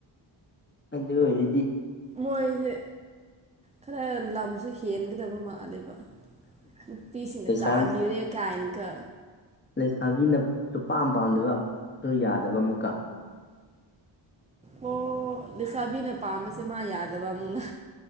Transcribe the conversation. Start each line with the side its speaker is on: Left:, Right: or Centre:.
Left: ꯑꯗꯨ ꯑꯣꯏꯔꯗꯤ
Right: ꯃꯣꯏꯁꯦ ꯈꯔ ꯂꯝꯁꯨ ꯍꯦꯟꯒꯗꯕ ꯃꯥꯂꯦꯕ ꯅꯨꯄꯤꯁꯤꯡꯅ
Left: ꯂꯩꯁꯥ
Right: ꯄꯥꯃꯤꯔꯦ ꯀꯥꯏꯅꯀ
Left: ꯂꯩꯁꯥꯕꯤꯅ ꯁꯨꯛ ꯄꯥꯝ ꯄꯥꯝꯗꯕ ꯌꯥꯗꯕ ꯑꯃꯨꯛꯀ
Right: ꯑꯣ ꯂꯩꯁꯥꯕꯤꯅ ꯄꯥꯝꯕꯁꯦ ꯃꯥ ꯌꯥꯗꯕ ꯑꯃꯨꯛꯅ